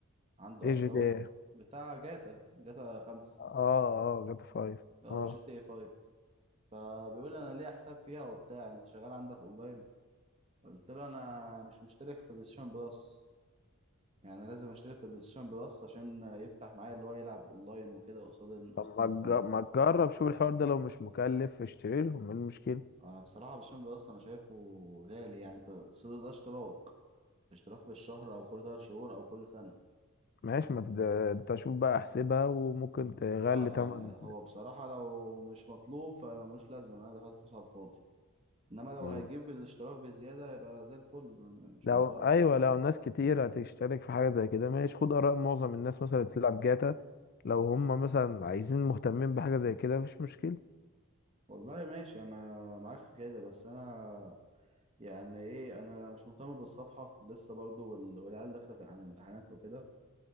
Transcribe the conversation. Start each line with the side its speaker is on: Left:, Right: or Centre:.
Right: عنده
Left: ايه
Right: أكونت
Left: جي تي إيه؟
Right: بتاع جاتا جاتا خمسة
Left: اه اه جاتا فايف
Right: أه
Left: اه
Right: جي تي إيه فايف فبيقول لي أنا ليه حساب فيها وبتاع أنت شغال عندك أونلاين قلت له أنا مش مشترك في بلايستيشن بلس يعني لازم أشترك في بلايستيشن بلس عشان يفتح معايا اللي هو يلعب أونلاين وكده قصاد قصاد
Left: طب
Right: ناس
Left: ما تج-
Right: تانية
Left: ما تجرب شوف الحوار ده لو مش مكلف اشتري لهم ايه المشكلة
Right: انا بصراحه بالشامب اصلا انا شايفه غالي يعني انت السوق ده اشتراك اشتراك في الشهر او كل ثلاث شهور او كل سنه
Left: ماشي ما تد... انت شوف بقى احسبها وممكن تغلي
Right: اه يعني
Left: تمن
Right: هو بصراحه لو مش مطلوب فملوش لازمه إن انا دفعت فلوس على الفاضي انما لو
Left: مم.
Right: هيجيب الاشتراك بزياده يبقى زي الفل أنا مش
Left: لو
Right: معترض
Left: ايوه لو ناس كتير هتشترك في حاجة زي كده ماشي خد آراء معظم الناس مثلا اللي بتلعب جاتا لو هم مثلا عايزين مهتمين بحاجة زي كده مفيش مشكلة
Right: والله ماشي انا معاك في كده بس انا يعني ايه انا مش مهتم بالصفحه لسه برضو وال- والعيال داخله في- على امتحانات وكده